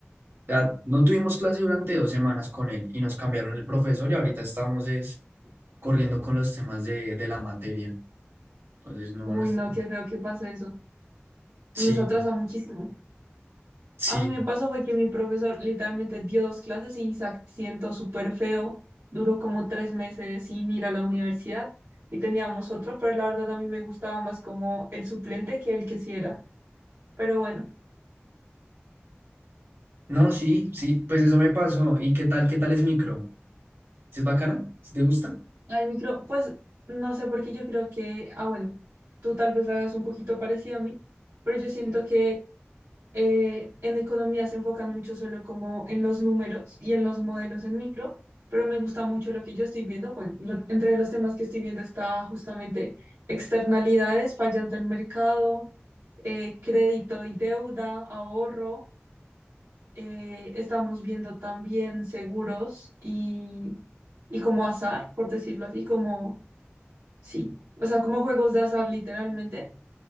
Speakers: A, on the right; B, on the right.
A: O sea, no tuvimos clase durante dos semanas con él y nos cambiaron el profesor y ahorita estamos es corriendo con los temas de, de la materia. Entonces no,
B: Uy,
A: no está-
B: no, qué feo que pase eso.
A: Sí,
B: Nos atrasa muchísimo.
A: sí.
B: A mí me pasó fue que mi profesor literalmente dio dos clases y se siento súper feo. Duró como tres meses sin ir a la universidad y teníamos otro, pero la verdad a mí me gustaba más como el suplente que el que sí era. Pero bueno,
A: No, sí, sí, pues eso me pasó. ¿Y qué tal, qué tal es micro? ¿Sí ¿Es bacana? ¿Sí te gusta?
B: al micro, pues no sé por qué yo creo que, ah, bueno, tú tal vez lo hagas un poquito parecido a mí, pero yo siento que eh, en economía se enfocan mucho solo como en los números y en los modelos en micro, pero me gusta mucho lo que yo estoy viendo. Bueno, lo- entre los temas que estoy viendo está justamente externalidades, fallas del mercado, eh, crédito y deuda, ahorro. eh, estamos viendo también seguros y, y como azar, por decirlo así, como, sí, o sea, como juegos de azar literalmente